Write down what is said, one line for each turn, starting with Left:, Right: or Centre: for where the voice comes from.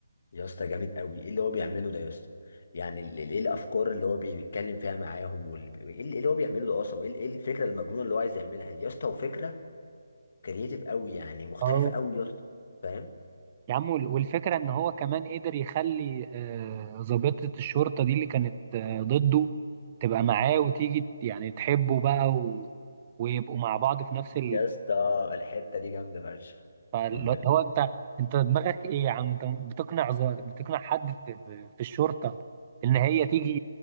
Left: يا اسطى جامد قوي ايه اللي هو بيعمله ده يا اسطى يعني ال- ال- ايه الافكار اللي هو بيتكلم فيها معاهم وال- ايه ال- إيه اللي هو بيعمله ده اصلا وايه ال- إيه الفكره المجنونه اللي هو عايز يعملها دي يا اسطى وفكره كرييتيف قوي يعني مختلفه
Right: اه
Left: قوي يا اسطى فاهم
Right: يا عم وال- والفكرة ان هو كمان قدر يخلي آه، ضابطة الشرطة دي اللي كانت آه، ضده تبقى معاه وتيجي ت- يعني تحبه بقى و... ويبقوا مع بعض في نفس
Left: يا اسطى الحته دي جامده فشخ
Right: فاللي
Left: اقسم بالله
Right: هو انت انت دماغك ايه يا عم انت بتقنع ز- بتقنع حد في, في في الشرطه ان هي تيجي